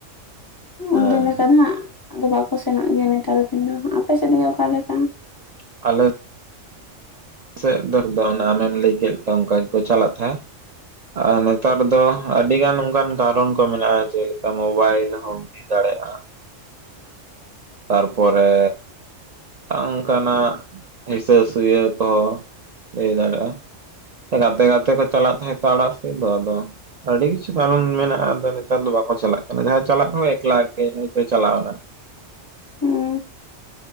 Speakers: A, on the left (about 25°); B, on the right (about 60°).
A: <inaudible>
B: ᱦᱮᱸ
A: ᱩᱱᱫᱤᱱ ᱞᱮᱠᱟ ᱫᱚ ᱦᱟᱸᱜ ᱟᱫᱚ ᱵᱟᱠᱚ ᱥᱮᱱᱚᱜ ᱜᱮᱭᱟ ᱱᱮᱛᱟᱨ ᱫᱚ ᱠᱤᱱ ᱫᱚ ᱟᱯᱮ ᱥᱮᱫ ᱜᱮ ᱚᱠᱟ ᱞᱮᱠᱟ
B: ᱟᱞᱮ ᱥᱮᱫ ᱫᱚ ᱫᱚ ᱟᱢᱮᱢ ᱞᱟᱹᱭ ᱠᱮᱫ ᱞᱮᱠᱟ ᱚᱱᱠᱟ ᱜᱮᱠᱚ ᱪᱟᱞᱟᱜ ᱛᱟᱦᱮᱸᱜ ᱟᱨ ᱱᱮᱛᱟᱨ ᱫᱚ ᱟᱹᱰᱤ ᱜᱟᱱ ᱚᱱᱠᱟᱱ ᱠᱟᱨᱚᱱ ᱠᱚ ᱢᱮᱱᱟᱜᱼᱟ ᱡᱮᱞᱮᱠᱟ ᱢᱳᱵᱟᱭᱤᱞ ᱦᱚᱢ ᱦᱩᱭ ᱫᱟᱲᱮᱭᱟᱜᱼᱟ ᱛᱟᱨᱯᱚᱨᱮ ᱚᱱᱠᱟᱱᱟᱜ ᱦᱤᱥᱟᱹ ᱥᱩᱭᱟᱹ ᱠᱚᱦᱚᱸ ᱤᱭᱟᱹ ᱫᱟᱲᱮᱭᱟᱜᱼᱟ ᱜᱟᱛᱮ ᱜᱟᱛᱮ ᱠᱚ ᱪᱟᱞᱟᱜ ᱛᱟᱦᱮᱸᱜ ᱛᱚ ᱟᱲᱟᱜ ᱥᱮᱫ ᱫᱚ ᱟᱫᱚ ᱟᱹᱰᱤ ᱠᱤᱪᱷᱩ ᱠᱟᱨᱚᱱ ᱢᱮᱱᱟᱜᱼᱟ ᱱᱮᱛᱟᱨ ᱫᱚ ᱵᱟᱠᱚ ᱪᱟᱞᱟᱜ ᱠᱟᱱᱟ ᱡᱟᱦᱟᱸᱭ ᱪᱟᱞᱟᱜ ᱨᱮᱦᱚᱸ ᱮᱠᱞᱟ ᱜᱮ ᱦᱚᱭᱛᱚᱭ ᱪᱟᱞᱟᱣ ᱮᱱᱟ
A: ᱦᱩᱸ